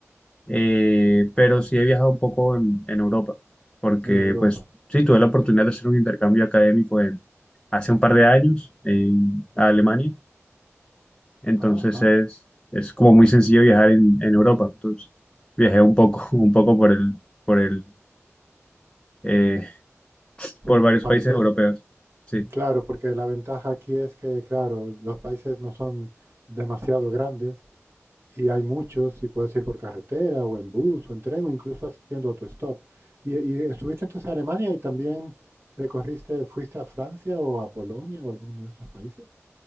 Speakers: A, on the left (about 15°); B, on the right (about 55°).
A: eh, pero sí he viajado un poco en, en Europa, porque
B: en Europa?
A: pues sí, tuve la oportunidad de hacer un intercambio académico en- hace un par de años en Alemania Entonces
B: Ajá,
A: es, es como muy sencillo viajar en, en Europa. Entonces viajé un poco, <laughs> un poco por el, por el, eh,
B: por
A: por
B: los
A: varios
B: países,
A: países europeos. Sí.
B: claro, porque la ventaja aquí es que, claro, los países no son demasiado grandes Y hay muchos, y puedes ir por carretera o en bus o en tren o incluso haciendo autostop. Y, y estuviste entonces en Alemania y también recorriste, fuiste a Francia o a Polonia o alguno de esos países.